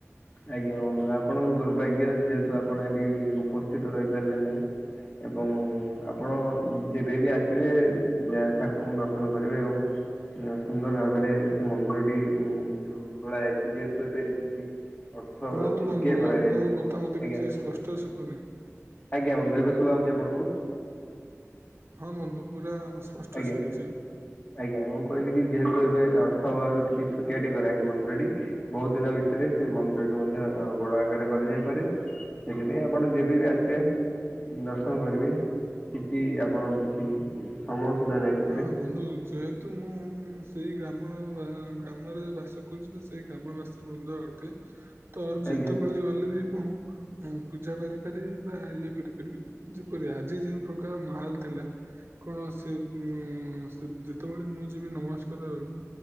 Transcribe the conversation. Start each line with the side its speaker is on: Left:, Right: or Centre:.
Left: ଆଜ୍ଞା ବନ୍ଧୁ ଆପଣଙ୍କ ଦୁର୍ଭାଗ୍ୟ ଯେହେତୁ ଆପଣ ଏଠି ଉପସ୍ଥିତ ରହିପାରିଲେ ନାହିଁ। ଏବଂ ଆପଣ ଯେବେ ବି ଆସିବେ ଠାକୁରଙ୍କୁ ଦର୍ଶନ କରିବେ ଆଉ। ସୁନ୍ଦର ଭାବରେ ସେ ମନ୍ଦିରଟି ଉ ଯୋଉ ତୋଳା ହେଇଚି ଯେହେତୁ ଏବେ କିଛି ଅର୍ଥ
Right: ଶୁଣନ୍ତୁ
Left: ଛୋଟିଆ
Right: ବନ୍ଧୁ
Left: କରାଯାଇଛି
Right: ଆପଣଙ୍କ କଥା ମତେ
Left: ଆଜ୍ଞା
Right: କିଛି ସ୍ପଷ୍ଟ ଶୁଭୁନି।
Left: ଆଜ୍ଞା ବନ୍ଧୁ ଏବେ ଶୁଭା ହଉଚି ଆପଣଙ୍କୁ।
Right: ହଁ ବନ୍ଧୁ ପୁରା ସ୍ପଷ୍ଟ
Left: ଆଜ୍ଞା
Right: ଶୁଭୁଛି।
Left: ଆଜ୍ଞା ମୁଁ କହିଲି କି ଯେହେତୁ ଏବେ ଅର୍ଥ ଅଭାବ ରୁ ଟିକେ ଛୋଟିଆ ଟେ କରାହେଇଚି ମନ୍ଦିର ଟି ବହୁତ ଦିନ ଭିତରେ ସେ ମନ୍ଦି <unintelligible> ବଡ ଆକାରରେ କରାଯାଇପାରେ ସେଥିପାଇଁ ଆପଣ ଯେବେ ବି ଆସିବେ ଦର୍ଶନ କରିବେ କିଛି ଆପଣଙ୍କ କିଛି ସମୟ ସୀମା ନାହିଁ ସେଥିରେ।
Right: ହଁ ବନ୍ଧୁ ଯେ ହେତୁ ମୁଁ ସେଇ ଗ୍ରାମ ଗ୍ରାମରେ ବାସ କରୁଚି ତ ସେଇ ଗ୍ରାମବାସୀ ବୃନ୍ଦ ଅଟେ। ତ ଯେତେବେଳେ
Left: ଆଜ୍ଞା
Right: ଗଲେ ବି ମୁଁ ହଁ ପୂଜା କରିପାରିବି ବା ଇଏ କରିପାରିବି ଯେପରି ଆଜି ଯେଉଁ ପ୍ରକାର ମାହଲ ଥିଲା କଣ ସେ ବି ସେ ଯେତେବେଳେ ମୁଁ ଯିବି ନମସ୍କାର ବେଳକୁ